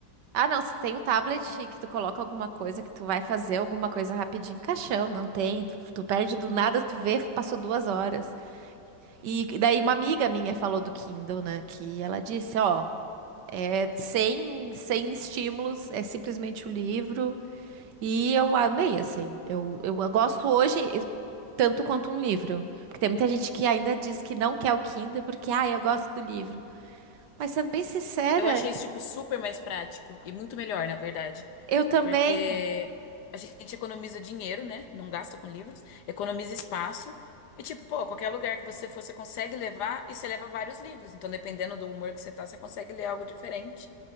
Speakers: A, on the right; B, on the left.
A: Ah, não, se tem o tablet que tu coloca alguma coisa, que tu vai fazer alguma coisa rapidinho, caixão, não tem. Tu, tu perde do nada, tu vê, passou duas horas. E daí uma amiga minha falou do Kindle, né? Que ela disse, ó, é sem, sem estímulos, é simplesmente o livro. E eu amei, assim. Eu, eu gosto hoje eu- tanto quanto um livro. Porque tem muita gente que ainda diz que não quer o Kindle porque, ah, eu gosto do livro. Mas sendo bem sincera,
B: Eu achei isso, tipo, super mais prático e muito melhor, na verdade.
A: eu também.
B: Porque a gente economiza dinheiro, né? Não gasta com livros, economiza espaço. E, tipo, pô, qualquer lugar que você for, você consegue levar e você leva vários livros. Então, dependendo do humor que você tá, você consegue ler algo diferente.